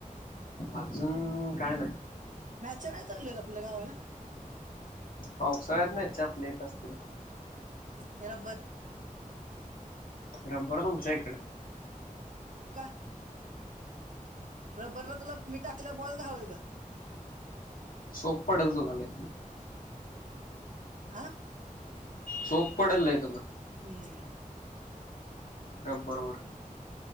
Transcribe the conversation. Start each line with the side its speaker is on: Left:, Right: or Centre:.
Left: अजून काय नाय
Right: मॅचा नाही चालू आपल्या गावाला.
Left: पावसाळ्यात मॅच्या आपल्या इथ असत्यात.
Right: <unintelligible>
Left: रबर तुमच्या इकड.
Right: का रब्बरला तुला मी टाकलेला बॉल घावल का.
Left: सोप पडल तुला लय.
Right: आह
Left: सोप पडल लय तुला
Right: हम्म.
Left: रबर वर